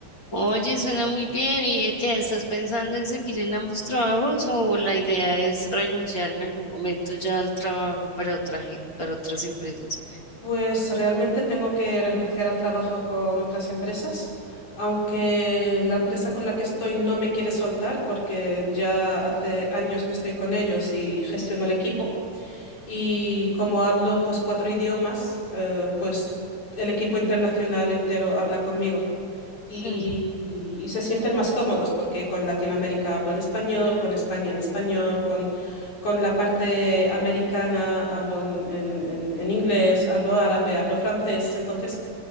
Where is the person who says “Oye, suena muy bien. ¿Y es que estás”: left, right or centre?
Left